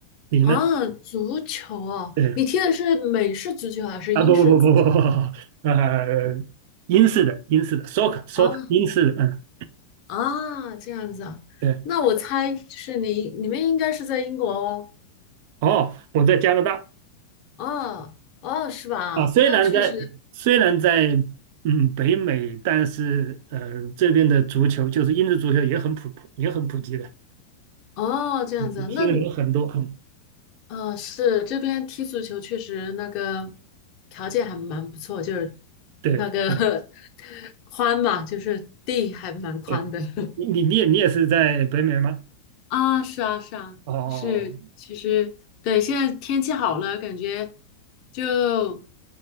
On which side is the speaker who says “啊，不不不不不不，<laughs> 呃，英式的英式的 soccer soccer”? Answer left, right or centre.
Right